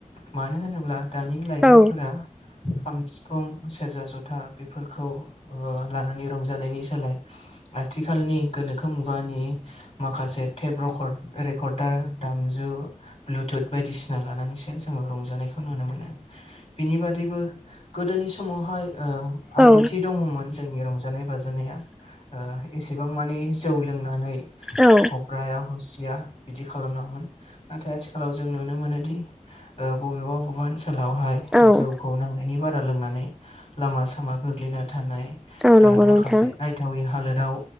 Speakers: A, on the left; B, in the centre.
A: मानो होनोब्ला दानि लाइमोनफोरा
B: औ
A: खाम, सिफुं, सेरजा, जथा बेफोरखौ ओ लानानै रंजानायनि सोलाय आथिखालनि गोनोखो मुगानि माखासे टेप रेकॉर्ड रेकॉर्डार दामजु ब्लुथुथ बायदिसिना लानानैसो जोङो रंजानायखौ नुनो मोनो। बिनि बादैबो गोदोनि समावहाय ओ आब्रुथि
B: औ
A: दङमोन जोंनि रंजा नाय बाजानाया। ओ एसेबां मानि जौ लोंनानै
B: औ
A: हब्राया हसिया बिदि खालामनाङामोन नाथाय आथिखालाव जों नुनो मोनोदि ओ बबेबा बबेबा ओन सोलावहाय
B: औ
A: जौखौ नांनायनि बारा लोंनानै लामा सामा गोग्लैना थानाय ओ
B: औ नंगौ
A: माखासे
B: नोंथां
A: नायथावै हालोदाव